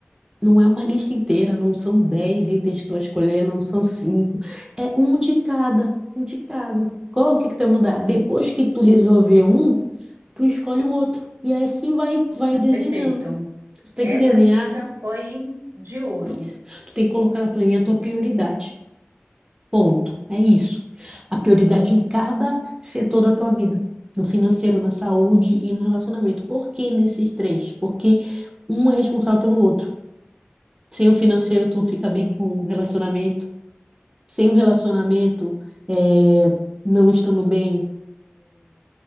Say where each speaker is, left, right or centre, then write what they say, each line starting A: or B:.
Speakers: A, on the right; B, on the right.
A: não é uma lista inteira, não são 10 itens que tu vai escolher, não são cinco, é um de cada, um de cada. Qual é o que que tu vai mudar? Depois que tu resolver um, tu escolhe o outro. E aí assim vai,
B: Ah,
A: vai desenhando.
B: Perfeito.
A: Tu tem
B: Essa
A: que desenhar
B: dica foi de ouro.
A: Isso. Tu tem que colocar na planilha a tua prioridade. Ponto. É isso. A prioridade em cada setor da tua vida. No financeiro, na saúde e no relacionamento. Por que nesses três? Porque um é responsável pelo outro. Sem o financeiro, tu não fica bem com o relacionamento. Sem o relacionamento, é, não estando bem,